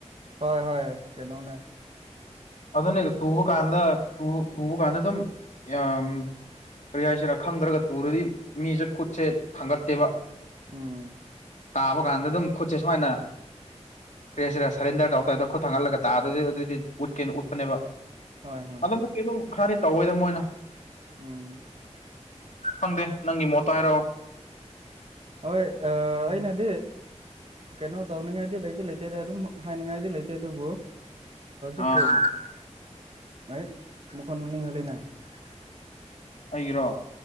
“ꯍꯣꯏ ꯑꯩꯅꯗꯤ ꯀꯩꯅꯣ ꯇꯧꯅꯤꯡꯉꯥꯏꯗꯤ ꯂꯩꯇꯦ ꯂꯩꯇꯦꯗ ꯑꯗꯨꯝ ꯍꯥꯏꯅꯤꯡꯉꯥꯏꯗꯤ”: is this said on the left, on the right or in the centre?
Right